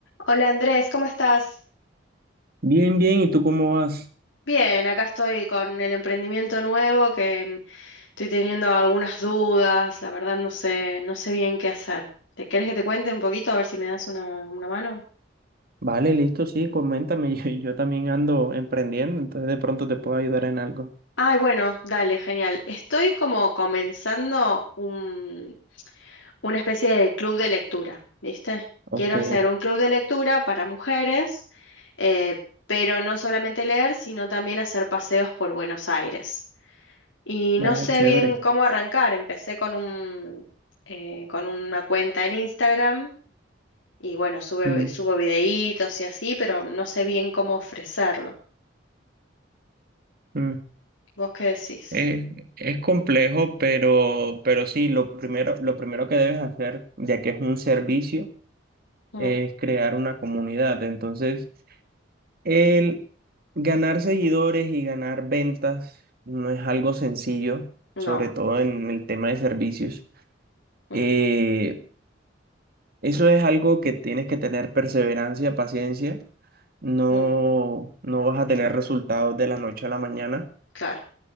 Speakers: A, on the left; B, on the right.
A: Hola Andrés, ¿cómo estás?
B: Bien, bien, ¿y tú cómo vas?
A: Bien, acá estoy con el emprendimiento nuevo que mm, estoy teniendo algunas dudas, la verdad no sé, no sé bien qué hacer. ¿Te querés que te cuente un poquito a ver si me das una, una mano?
B: Vale, listo, sí, coméntame, <laughs> yo, yo también ando emprendiendo, entonces de pronto te puedo ayudar en algo.
A: Ay, bueno, dale, genial. Estoy como comenzando un, una especie de club de lectura, ¿viste?
B: Ok,
A: Quiero hacer un club de lectura para mujeres, eh, pero no solamente leer, sino también hacer paseos por Buenos Aires. Y
B: vaya,
A: no sé
B: chévere.
A: bien cómo arrancar. Empecé con un, eh, con una cuenta en Instagram y bueno, sube,
B: Mm,
A: subo videitos y así, pero no sé bien cómo ofrecerlo.
B: mm.
A: ¿Vos qué decís?
B: Es, es complejo, pero, pero sí, lo primero, lo primero que debes hacer, ya que es un servicio,
A: Mm,
B: es crear una comunidad. Entonces, el ganar seguidores y ganar ventas no es algo sencillo,
A: no,
B: sobre todo en el tema de servicios.
A: mm,
B: Eh, Eso es algo que tienes que tener perseverancia, paciencia. No,
A: mm,
B: no vas a tener resultados de la noche a la mañana.
A: claro.